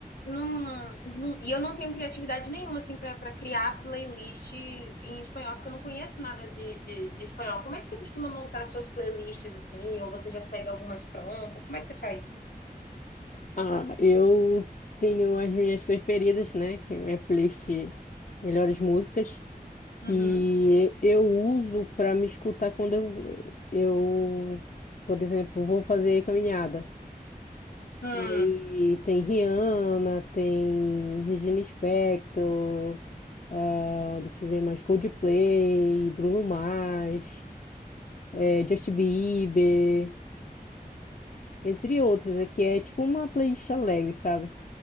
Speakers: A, on the left; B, on the left.
A: Não, não- e eu não tenho criatividade nenhuma, assim, pra pra criar playlist em espanhol, porque eu não conheço nada de, de, de espanhol. Como é que você costuma montar suas playlists, assim? Ou você já segue algumas prontas? Como é que você faz?
B: Ah, eu tenho as minhas preferidas, né? Que é minha playlist Melhores Músicas, que
A: Uhum.
B: eu, eu uso pra me escutar quando eu, eu, por exemplo, vou fazer caminhada.
A: Hum,
B: Aí tem Rihanna, tem Regina Spektor, ah, deixa eu ver mais, Coldplay, Bruno Mars, eh, Justin Bieber, entre outros. Aqui é tipo uma playlist alegre, sabe?